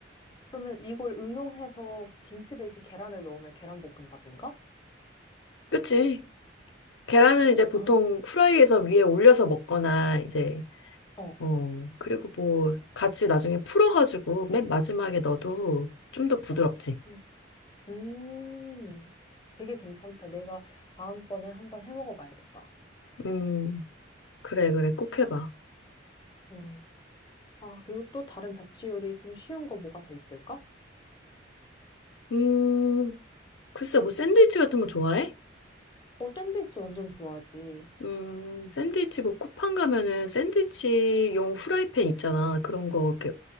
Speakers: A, on the left; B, on the left.
A: 그러면 이걸 응용해서 김치 대신 계란을 넣으면 계란볶음밥인가?
B: 그치? 계란은 이제 보통
A: 아,
B: 후라이에서 위에 올려서 먹거나 이제
A: 어.
B: 어, 그리고 뭐, 같이 나중에 풀어가지고 맨 마지막에 넣어도 좀 더 부드럽지.
A: 음, 음, 되게 괜찮다. 내가 다음번에 한번 해 먹어봐야겠다.
B: 음, 그래, 그래, 꼭 해봐.
A: 음. 아, 그리고 또 다른 자취 요리 좀 쉬운 거 뭐가 더 있을까?
B: 음, 글쎄, 뭐, 샌드위치 같은 거 좋아해?
A: 어, 샌드위치 완전 좋아하지.
B: 음, 샌드위치 뭐, 쿠팡 가면은 샌드위치용 후라이팬 있잖아. 그런 거, 이렇게,